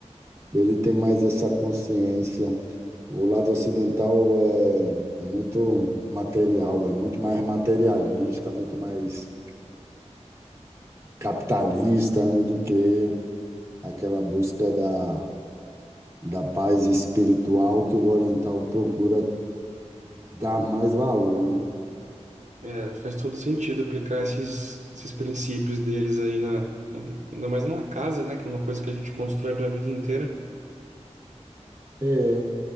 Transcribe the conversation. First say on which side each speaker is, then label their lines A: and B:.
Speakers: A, on the right (about 25°); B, on the right (about 90°).
A: Ele tem mais essa consciência. O lado ocidental é, é muito material, é muito mais materialista, muito mais capitalista, né, do que aquela busca da, da paz espiritual que o oriental procura dar mais valor, né?
B: É, faz todo sentido aplicar esses, esses princípios deles aí na, ainda mais numa casa, né? Que é uma coisa que a gente constrói para a vida inteira.
A: É,